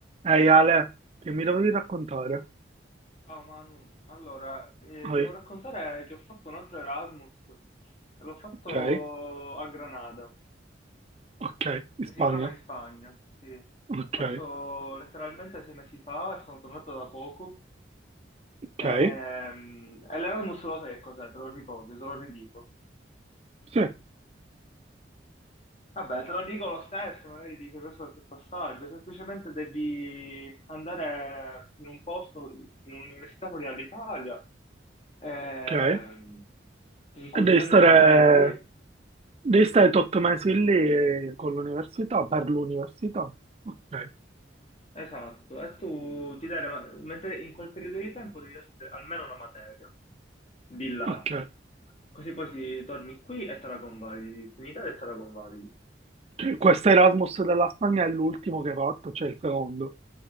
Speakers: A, on the right (about 35°); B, on the left (about 35°).
A: Ehi Ale, che mi dovevi raccontare?
B: Ciao Manu, allora, eh,
A: Ah,
B: ti devo
A: eh,
B: raccontare che ho fatto un altro Erasmus, l'ho fatto
A: Ok,
B: a Granada,
A: ok, in
B: che
A: Spagna,
B: si trova in Spagna, sì.
A: ok,
B: L'ho fatto letteralmente sei mesi fa e sono tornato da poco.
A: ok,
B: Ehm, E l'Erasmus lo sai che cos'è, te lo ricordi, te lo ridico.
A: sì,
B: Vabbè, te lo dico lo stesso, magari dice questo è che passaggio, semplicemente devi andare in un posto, in un'università fuori dall'Italia, ehm,
A: ok.
B: in
A: E
B: cui
A: devi
B: si danno
A: stare,
B: le materie lì,
A: devi stare 8 mesi lì eh, con l'università, per l'università. Ok,
B: esatto, e tu ti dai, le ma- mentre in quel periodo di tempo devi darti almeno una materia di là,
A: ok.
B: così poi si- torni qui e te la convalidi, qui in Italia e te la convalidi.
A: Cioè, questo Erasmus della Spagna è l'ultimo che hai fatto, cioè il secondo.